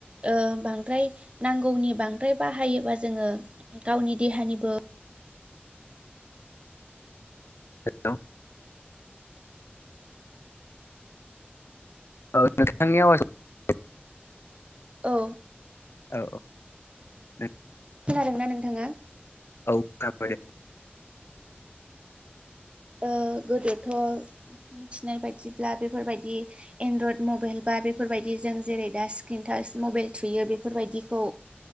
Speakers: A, on the right; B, on the left.
A: ओ बांद्राय नांगौनि बांद्राय बाहायोबा जोङो गावनि देहानिबो
B: हेल' औ नोंथांनि आवाजखौ
A: औ।
B: औ नों
A: खोनादोंना नोंथाङा?
B: औ खाबोरो
A: ओ गोदोथ' मिथिनाय बायदिब्ला बेफोरबायदि एनड्रयद मबाइल बा बेफोरबायदि जों जेरै दा स्क्रिन थास थास मबाइेल थुयो बेफोरबायदिखौ